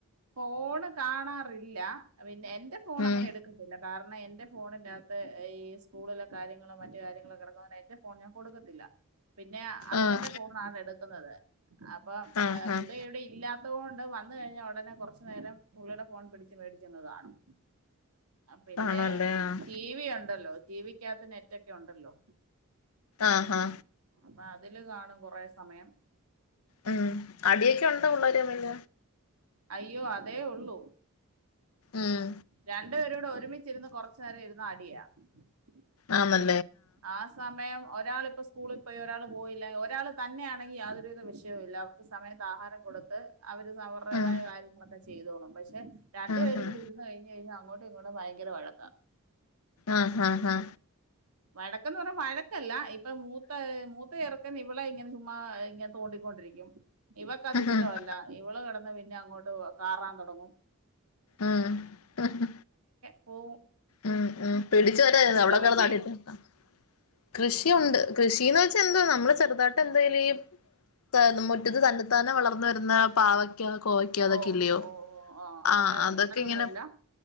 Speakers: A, on the right; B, on the left.
A: ഫോണ് കാണാറില്ല പി എന്റെ ഫോൺ
B: ഉം
A: അങ്ങനെ എടുക്കതില്ലാ കാരണം എന്റെ ഫോണിനകത്ത് ഈ സ്കൂളിലെ കാര്യങ്ങളോ മറ്റു കാര്യങ്ങളൊ കിടക്കുന്നതിനായിട്ട് എന്റെഫോൺ ഞാൻകൊടുക്കത്തില്ല പിന്നെ അച്ഛന്റെ
B: ആഹ്
A: ഫോണാണ് എടുക്കുന്നത് അപ്പോ
B: ആഹ് ആഹ്
A: ഇവിടെ ഇല്ലാത്തത് കൊണ്ട് വന്ന കഴിഞ്ഞാ ഉടനെ കൊറച്ചു നേരം പുള്ളിയുടെ ഫോൺ പിടിച്ച് മേടിച്ചൊന്ന് കാണും പിന്നെ
B: ആണല്ലേ ആഹ്
A: ടിവി ഉണ്ടല്ലോ ടിവിക്കകത്ത് നെറ്റക്കെ ഒക്കെ ഉണ്ടല്ലോ
B: ആഹാ
A: അപ്പൊ അതില് കാണും കൊറെ സമയം
B: ഉം അടിയൊക്കെ ഉണ്ടാ പു ള്ളേര് മ്മില
A: അയ്യോ അതേ ഉള്ളൂ
B: ഉം
A: രണ്ടു പേരൂടെ ഒരുമിച്ചിരുന്ന് കുറച്ചു നേരം ഇരുന്നു അടിയാ ഉ
B: ആ മൻ
A: ആ സമയം ഒരാളിപ്പോൾ സ്കൂളിൽ പോയി ഒരാൾ പോയില്ല ഒരാൾ തന്നെയാണെങ്കിൽ യാതൊരുവിധ വിഷയവും ഇല്ല സമയത്ത് ആഹാരം കൊടുത്ത് അവര് അവർടേതായ
B: ഉം
A: കാര്യങ്ങളൊക്കെ ചെയ്തോളും പക്ഷെ രണ്ട്പേരും
B: ഉം ഉം
A: കുടി ഇരുന്ന്കഴിഞ് കഴിഞ്ഞാൽ അങ്ങോടു ഇങ്ങൂടെ ഭയങ്കര വഴക്കാ
B: ആഹ ഹഹ ഹാ
A: ഇടക്കന്ന് പറഞ്ഞ വഴ ല്ല ഇപ്പോമൂത്ത മൂ ചെറുക്കൻ ഇവളെ ഇങ്ങനെ ചുമ്മാ ഇങ്ങനെ തോണ്ടിക്കൊണ്ടിരിക്കും ഇവക്ക് അതിഷ്ടവ
B: ഉം
A: ല്ല ഇവള് കെ ടന്ന് പിന്നെ അങ്ങോട്ട് കാറാൻ തൊട ഡാങ്ങും
B: ആങ്‌ഹ അങ്‌ഹ
A: ഓ
B: ഉം ഉം പിടിച്ചു വരുവാ അവിടെകിടന്നു
A: വീട്ടിൽ
B: അടിണ്ടക്ക് കൃഷിയൊണ്ട് കൃഷിന്ന് വെച്ചാ എന്താ നമ്മള് ചെറുതാ എന്തേലും ഈ <unintelligible> മുറ്റത്ത് തന്നെ ത്താനെ വളർന്ന് വരുന്ന പാവയ്ക്ക കോവയ്ക്ക അതൊക്കെ
A: ഓ
B: ഇല്ലയോ
A: ഓ ഓ ഓ, ഓ
B: ആ
A: അല്ലാതെ
B: അതൊക്കെ
A: നടലൊന്നുമില്ല
B: ഇങ്ങനെ